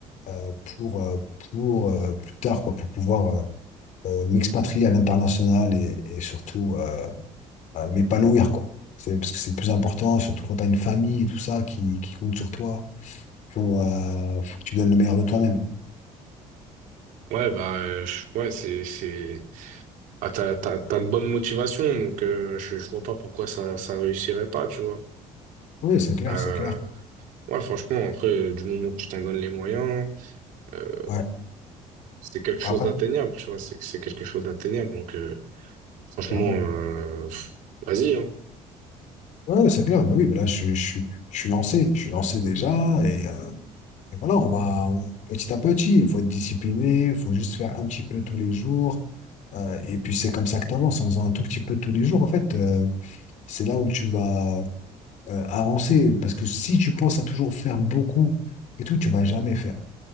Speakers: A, on the left; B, on the right.
A: euh, pour, euh, pour euh, plus tard, quoi, pour pouvoir euh, euh, m'expatrier à l'international et, et surtout euh, euh, m'épanouir, quoi. C'est parce que c'est le plus important, surtout quand tu as une famille et tout ça qui, qui compte sur toi. Faut, euh, faut que tu donnes le meilleur de toi-même.
B: Ouais, bah, euh, je- ouais, c'est, c'est, ah, t'as, t'as, t'as de bonnes motivations, donc euh, je, je vois pas pourquoi ça, ça réussirait pas, tu vois.
A: Oui, c'est clair,
B: Euh,
A: c'est clair.
B: Ouais, franchement, après, euh, du moment que tu t'en donnes les moyens, euh,
A: Ouais.
B: c'est quelque chose
A: Après,
B: d'atteignable, tu vois, c'est c'est quelque chose d'atteignable. Donc, euh, franchement,
A: clairement.
B: euh, pff, vas-y, hein.
A: Ouais, ouais, c'est clair. Bah oui, bah là, je, suis- je, suis- je suis lancé. Je suis lancé déjà. Et, euh, Et voilà, on va on- petit à petit, il faut être discipliné, il faut juste faire un petit peu tous les jours. euh, et puis c'est comme ça que tu avances, en faisant un tout petit peu tous les jours, en fait, euh, c'est là où tu vas euh, avancer. Parce que si tu penses à toujours faire beaucoup et tout, tu vas jamais faire.